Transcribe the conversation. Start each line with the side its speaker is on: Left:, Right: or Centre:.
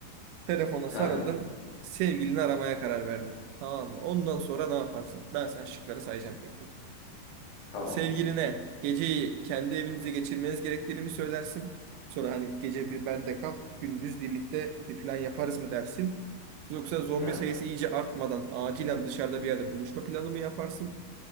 Right: Telefona
Left: Hı
Right: sarıldın.
Left: hı,
Right: Sevgilini aramaya karar verdin. Tamam mı? Ondan sonra ne yaparsın? Ben sana şıkları sayacağım tek tek.
Left: Tamam.
Right: Sevgiline geceyi kendi evinizde geçirmeniz gerektiğini mi söylersin? Sonra hani gece bir bende kal, gündüz birlikte bir plan yaparız mı dersin? Yoksa zombi
Left: Hı hı.
Right: sayısı iyice artmadan acilen dışarıda bir yerde buluşma planı mı yaparsın?